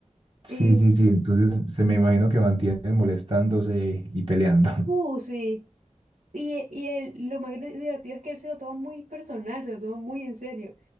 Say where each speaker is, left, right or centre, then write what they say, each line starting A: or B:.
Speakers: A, on the right; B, on the right.
A: Sí,
B: y,
A: sí, sí. Entonces se me imagino que mantienen molestándose y peleando. <laughs>
B: uh, sí, y, y él, lo más gre- divertido es que él se lo toma muy personal, se lo toma muy en serio,